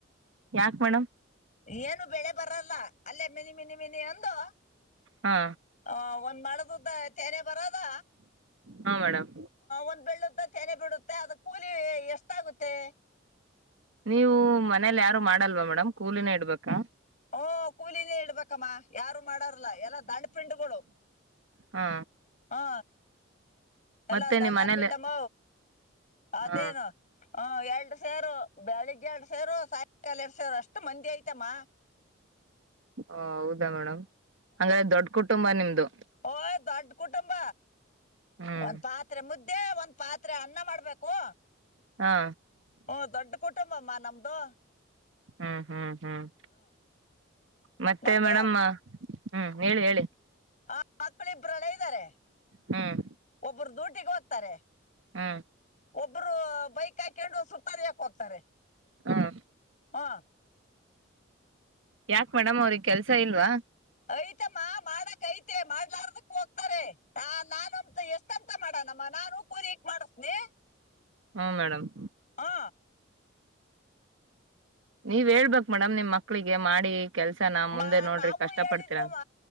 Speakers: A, on the right; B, on the left.
A: ಯಾಕ್ ಮೇಡಮ್
B: ಏನು ಬೆಳೆ ಬರಲ್ಲ ಅಲ್ಲೇ ಮಿನಿ ಮಿನಿ ಮಿನಿ ಅಂದು
A: ಹಾ
B: ಆ ಒಟ್ ಮಳದುದ ತೆರೆ ಬರದ್
A: ಹಾ ಮೇಡಮ್
B: ಒಂದ್ ಬೆಳ್ಳದ್ ತೆನೆ ಬಿಡುತ್ತೆ ಅದ ಕೂಲಿ ಎಷ್ಟಾಗುತ್ತೆ
A: ನೀವು ಮನೇಲಿ ಯಾರು ಮಾಡಲ್ವಾ ಮೇಡಮ್ ಕೂಲಿನ ಇಡ್ಬೇಕಾ
B: ಹಓ ಕೂಲಿನೇ ಇಡ್ಬೇಕಮ್ಮ ಯಾರು ಮಾಡಾರ ಲ್ಲ ಎಲ್ಲ ದಂಡ ಪಿಂಡಗಳು
A: ಹಾ
B: ಹಾ ಎಲ್ಲ
A: ಮತ್ತೆ
B: ದಂಡ
A: ನಿಮ್ ಮನೇಲಿ
B: ಪಿಂಡ ಮ ಅದೇನು
A: ಹಾ
B: ಹ ಎಡು ಸೇರು ಬೆಳಿಗ್ಗೆ ಎರಡು ಸೇರು ಸಾಯಂಕಾಲ ಎರಡು ಸಾವರು ಅಷ್ಟು ಮಂದಿ ಐ್ತಮ್ಮ
A: ಹ ಹೌದಾ ಮೇಡಮ್ ಹಂಗ್ರ ದೊಡ್ಡ ಕುಟುಂಬ ನಿಮ್ದು
B: ಓ ದೊಡ್ಡ ಕುಟುಂಬ
A: ಹ್ಮ್
B: ಒಂದ್ ಪಾತ್ರೆ ಮುದ್ದೆ ಇದೇ ಒಂದ್ ಪಾತ್ರೆ ಅನ್ನ ಮಾಡ್ಬೇಕು
A: ಹಾ
B: ಹ್ಮ ದೊಡ್ಡ ಕುಟುಂಬಮ್ಮ ನಮ್ದ ಬಾ
A: ಹಾ ಹಾ ಹ್ಮ್ ಮತ್ತೆ
B: ಮಕ್ಕಳು
A: ಮೇಡಮ್ಮ ಹ್ಮ್ ಹೇಳಿ ಹೇಳಿ
B: ಹ ಮತ್ಕ್ಕಳ ಇಬ್ಬರುಲ್ಲ ಇದ್ದಾರೆ
A: ಹ್ಮ್
B: ಒಬ್ಬರು ದೊಡ್ಡ ಗ ಹೋಗ್ತಾರೆ
A: ಹ್ಮ
B: ಒಬ್ರು ಬೈಕ್ ಹಾಕೊಂಡು ಸುತ್ತಲಲಾಕ ಹೋಗ್ತಾರೆ
A: ಹ್ಮ
B: ಹಾ
A: ಯಾಕ್ ಮೇಡಮ್ ಅವ್ರಗ್ ಕೆಲ್ಸ ಇಲ್ವಾ
B: ಯ್ತಮ್ಮ ಮಾಡಕ್ತೆ ಮಾಡ್ಲಾರ್ದಕ್ ಹೋಗ್ತಾರೆ ಆ ನಾನ ಅಂತ ಎಷ್ಟಂತ ಮಾಡನಮ್ಮ ನಾನು ಕೂರಿಕ್ ಮಾಡಸ್ನಿ
A: ಹ್ಮ ಮೇಡಮ್
B: ಹಾ
A: ನೀವ್ ಹೇಳ್ಬೇಕಕ್ ಮೇಡಮ್ ನಿಮ್ ಮಕ್ಳಿಗೆ ಮಾಡಿ ಕೆಲ್ಸನ ಮುಂದೆ
B: ಮಾ
A: ನೋಡ್ರಿ
B: ನಾವು
A: ಕಷ್ಟ
B: ಹೇಳಿದ್ವಮ್ಮ
A: ಪಡ್ತೀರ